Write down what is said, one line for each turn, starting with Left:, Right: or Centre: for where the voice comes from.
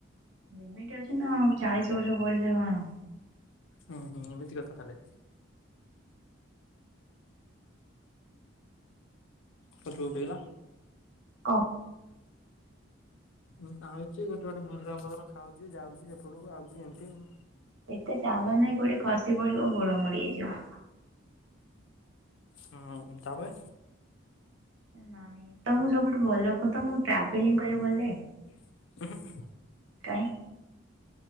Right: ଲିମିଟ ଅଛି ନାଉ ଚାଳିଶ ବର୍ଷ ପଇସରେ କଣ ଆଉ।
Left: ହୁଁ ହୁଁମତି କଥାଥାହରେଲେ <unintelligible> କଣ ଚୁପ ହେଇଗଲ।
Right: କ?
Left: ହଁ ଆଉଛି ଗୋଟେ ଗୋଟେ ଭୁଜ୍ରାମ ପତ୍ର ଖାଉଛି ଯାଉଛି ସେପଟକୁ ଆଉଛି ଏମିତି ଆଉ।
Right: ଏତେ ଚାଲନି କୋଉଠି ଖସି ପଡିବ ଗୋଡ ମଡି ହେଇଯିବ।
Left: ହଁ ତାପରେ।
Right: ନାଇଁ ତମକୁ ସବୁଠୁ ଭଲ କୁହ ତମକୁ ଟ୍ରାଭେଲିଂ କରିବା ଭଲ ଲାଗେ।
Left: ହ <unintelligible>
Right: କାଇଁ।